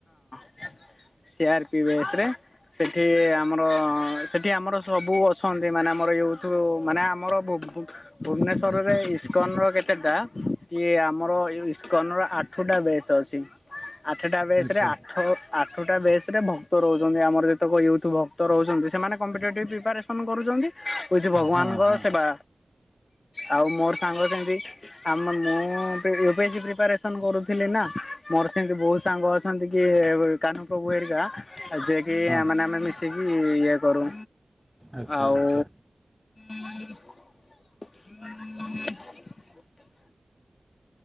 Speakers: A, on the left; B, in the centre.
A: ସିଆରପି ବେସ୍ ରେ ସେଠି ଆମର ସେଠି ଆମର ସବୁ ଅଛନ୍ତି ମାନେ ଆମର ମାନେ ଆମର ୟୁଟୁ ମାନେ ଆମର ବୁକ୍ ବୁକ୍ ଭୁବନେଶ୍ୱରରେ ଇସ୍କନ ର କେତେଟା କିଏ ଆମର ଏ ଯୋଉ ଇସ୍କନ ର ଆଠୁ ଟା ବେସ୍ ଅଛି। ଆଠଟା ବେସ୍
B: ଆଚ୍ଛା
A: ରେ ଆଠ ଆଠୁଟା ବେସ୍ ସେଟା ଭକ୍ତ ରହୁଛନ୍ତି ଆମର ଯେତେକ ୟୁଟ୍ୟୁବ୍ ଭକ୍ତ ରହୁଛନ୍ତି ସେମାନେ କମ୍ପିଟେଟିଭ୍ ପ୍ରିପାରେସନ୍ କରୁଛନ୍ତି। ହୋଉଛି ଭଗବାନଙ୍କ
B: ହଁ ହଁ
A: ସେବା। ଆଉ ମୋର ସାଙ୍ଗ ସେମିତି ଆମ ମୁଁ ୟୁପିଏସି ପ୍ରିପାରେସନ୍ କରୁଥିଲି ନା। ମୋର ସେମିତି ବହୁତ ସାଙ୍ଗ ଅଛନ୍ତି କି କାହ୍ନୁ ପ୍ର୍ରଭୁ ହେରିକା ଆଉ ଯିଏକି
B: ହଁ
A: ଆମାନେ ଆମେ ମିଶିକି ଇଏ କରୁ
B: ଆଚ୍ଛା
A: ଆଉ।
B: ଆଚ୍ଛା
A: <unintelligible> <inaudible>